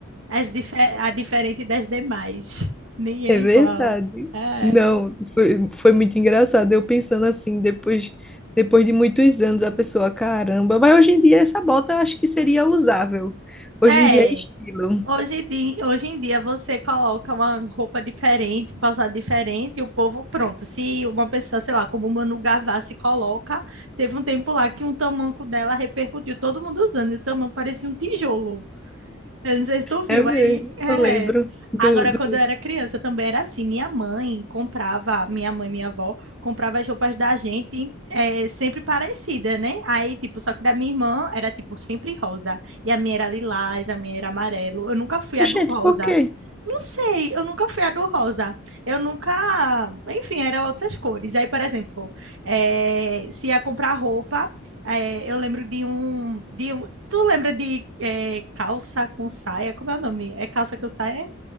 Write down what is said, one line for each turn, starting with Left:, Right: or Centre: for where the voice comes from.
Right: As dife- a diferente das demais. Ninguém é
Centre: É verdade.
Right: igual. É.
Centre: Não, foi, foi muito engraçado. Eu pensando assim, depois, depois de muitos anos, a pessoa, caramba, mas hoje em dia essa bota eu acho que seria usável. Hoje
Right: É.
Centre: em dia é estilo.
Right: Hoje, em di- hoje em dia você coloca uma roupa diferente, um calçado diferente, e o povo, pronto. Se uma pessoa, sei lá, como Manu Gavassi coloca, teve um tempo lá que um tamanco dela repercutiu, todo mundo usando, e o tamanco parecia um tijolo. Eu não sei se tu viu,
Centre: É mesmo,
Right: aí é.
Centre: eu lembro do,
Right: Agora,
Centre: do...
Right: quando eu era criança, também era assim. Minha mãe comprava, minha mãe, minha avó, comprava as roupas da gente é, sempre parecida, né? Aí, tipo, só que da minha irmã era, tipo, sempre rosa. E a minha era lilás, a minha era amarelo. Eu nunca fui a
Centre: Gente,
Right: do rosa.
Centre: por quê?
Right: Não sei, eu nunca fui a do rosa. Eu nunca. Enfim, eram outras cores. Aí, por exemplo, eh, se ia comprar roupa, eh, eu lembro de um, de um. Tu lembra de eh, calça com saia? Como é o nome? É calça com saia?